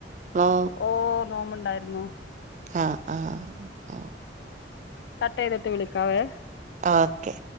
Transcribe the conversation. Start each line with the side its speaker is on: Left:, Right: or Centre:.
Right: നോ
Left: ഓ നോമ്പുണ്ടായിരുന്നു
Right: ആഹ് ആഹ് ആഹ്
Left: കട്ട്‌യ്ത്ട്ട് വിളിക്കാവേ
Right: ഓക്കെ